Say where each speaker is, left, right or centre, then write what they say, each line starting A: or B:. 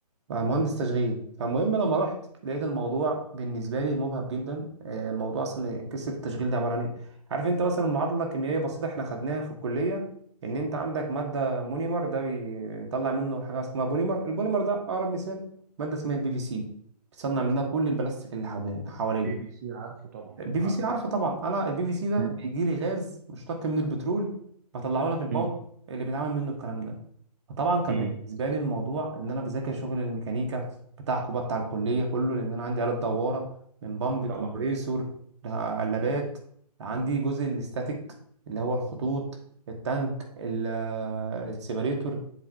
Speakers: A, on the right (about 45°); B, on the right (about 25°).
A: بقى مهندس تشغيل فالمهم لما رحت لقيت الموضوع بالنسبه لي مبهج جدا آه، الموضوع اصلا قصه التشغيل ده عباره عن ايه عارف انت مثلا معادله كيميائيه بسيطه احنا خدناها في الكليه ان انت عندك ماده مونيمر ده بنطلع منه حاجه اسمها بوليمر البوليمر ده اقرب مثال ماده اسمها البي في سي بتصنع منها كل البلاستيك اللي حوالينا
B: بي بي سي عارفه طبعا
A: البي
B: عارفه
A: في سي عارفه طبعا انا البي في سي ده
B: مم.
A: بيجي لي غاز مشتق من البترول بطلعه لك البودر
B: مم.
A: اللي بيتعمل منه الكلام ده فطبعا كان
B: مم.
A: بالنسبه لي الموضوع ان انا بذاكر شغل الميكانيكا بتاعكم بقى بتاع الكليه كله لان انا عندي آلة دواره من بامب كومبريسور
B: طبعا
A: لقلابات عندي جزء الاستاتيك اللي هو الخطوط التانك ال- آه، السيبريتور